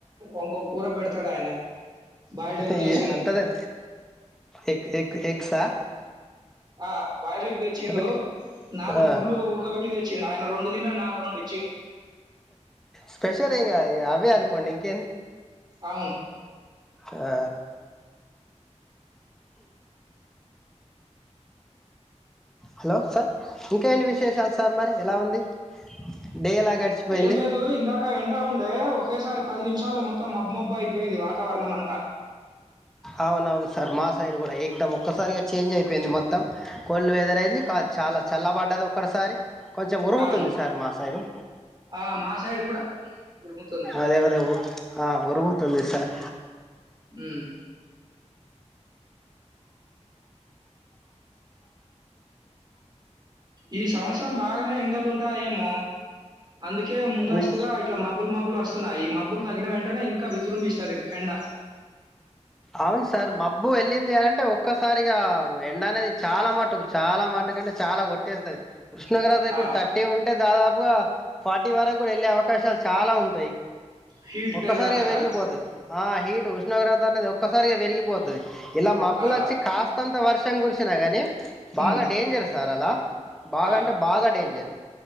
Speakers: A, on the right; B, in the centre.
A: ఇంకోక కూర పెడతాడు ఆయన బాయిల్డ్ ఎగ్
B: అయి
A: తెచ్చిండు
B: అంతదే ఎగ్ ఎగ్ హ
A: ఆ బాయల్ ఎగ్ తెచ్చిండు.
B: ఓకే.
A: నాలుగు
B: ఆ
A: గుడ్లు ఉడకబెట్ తెచ్చ తెచ్చి ఆయన రెండు తిని నాకు రెండు ఇచ్చిండు
B: స్పెషల్ ఇంగ అవే అనుకోండి ఇంకేంది
A: అవును
B: ఆ హలో సార్ ఇంకా ఏంటి విశేషాలు సార్ మరి ఎలా ఉంది. డే ఎలా గడిచిపోయింది
A: ఏం లేదు ఇందాక ఎండ ఉండే ఒక ఒకేసారి పది నిమిషాల్లో మొత్తం మబ్ మబ్ అయిపోయింది వాతావరణం అంతా.
B: అవున అవును సార్ మా సైడ్ కూడా ఏక్దం ఒక్కసారిగా చేంజ్ అయిపోయింది మొత్తం. కోల్డ్ వెదర్ అయింది కా చాలా చల్ల పడ్డది ఒక్కటిసారి కొంచెం ఉరుముతుంది
A: అవును
B: సార్ మా సైడు
A: ఆ మా సైడ్ గూడా ఉరుముతుంది.
B: అదే అదేఊ ఆ ఉరుగుతుంది సార్
A: ఉ ఈ సంవత్సరం బాగనే ఎండలు ఉంటా ఏమో అందుకే ముందస్తుగా
B: ఉం.
A: ఇట్లా మబ్ మబ్బులు మబ్బులు వస్తున్నాయి. ఈ మబ్బులు తగ్గిన వెంటనే ఇంకా విజృంభిస్తది ఎండ.
B: అవును సార్ మబ్బు వెళ్ళింది అంటే ఒక్కసారిగా ఎండ అనేది చాలా మటుకు చాలా మటుకు అంటే చాలా కొట్టేస్తది. ఉష్ణోగ్రత ఇప్పుడు
A: ఆ!
B: థర్టీ ఉంటే దాదాపుగా ఫార్టీ వరకు కూడా వెళ్ళే అవకాశాలు చాలా ఉంటాయి.
A: హీట్
B: ఒక్కసారిగా
A: పెరగడం గదా!
B: పెరిగిపోతది ఆ హీట్ ఉష్ణోగ్రత అనేది ఒక ఒక్కసారిగా పెరిగిపోతది. ఇలా మబ్బులు
A: ఆ!
B: వచ్చి కాస్తంత వర్షం కురిసినా కానీ
A: హ్మ్.
B: బాగా డేంజర్ సార్ అలా బాగాంటే
A: ఆ!
B: బాగా డేంజర్